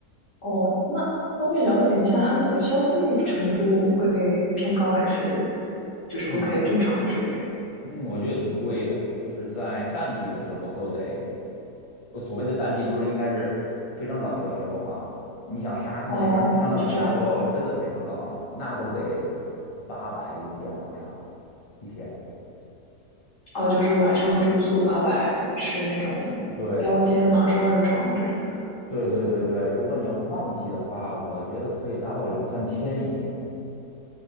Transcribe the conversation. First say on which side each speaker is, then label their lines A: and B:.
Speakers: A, on the left; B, on the left.
A: 哦，那方便了解一下，它那个消费程度会偏高还是就是
B: 嗯
A: OK 正常的水平？
B: 嗯，我觉得挺贵的，就是在淡季的时候都得，我所谓的淡季就是应该是非常冷的时候嘛。你想沙滩那边儿非常冷的时候，
A: 哦，是这样。
B: 真的非常冷，那都得八百一间往上一天。
A: 哦，就是晚上住宿八百是那种
B: 对
A: 标间嘛，双人床这种的。
B: 对对对对，如果你要是旺季的话，我觉得可以达到两三千一天。